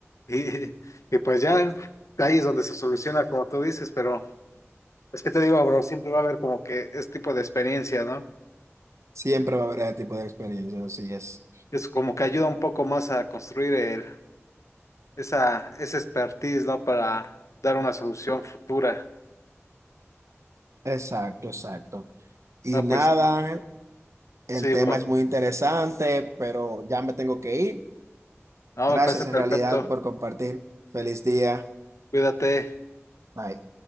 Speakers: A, on the left (about 90°); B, on the right (about 75°).
A: Y, y pues ya ahí es donde se soluciona, como tú dices, pero es que te digo, bro, siempre va a haber como que este tipo de experiencias, ¿no?
B: Siempre va a haber ese tipo de experiencias, así es.
A: Es como que ayuda un poco más a construir el esa, esa expertise, ¿no? Para dar una solución futura.
B: Exacto, exacto. Y
A: No,
B: nada,
A: pues
B: Ángel, El
A: sí,
B: tema
A: bro.
B: es muy interesante, pero ya me tengo que ir.
A: No,
B: Gracias
A: me parece perfecto.
B: en realidad por compartir. Feliz día.
A: Cuídate.
B: Bye.